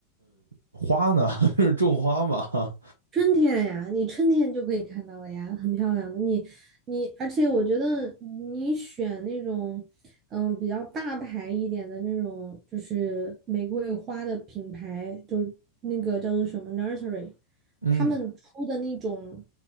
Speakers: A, on the right; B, on the right.
A: 花呢？<laughs> 就是种花嘛。
B: 春天呀，你春天就可以看到了呀，很漂亮的。你你，而且我觉得你选那种，嗯，比较大牌一点的那种，就是玫瑰花的品牌，就是那个叫做什么 Nursery，
A: <laughs> 嗯
B: 他们出的那种，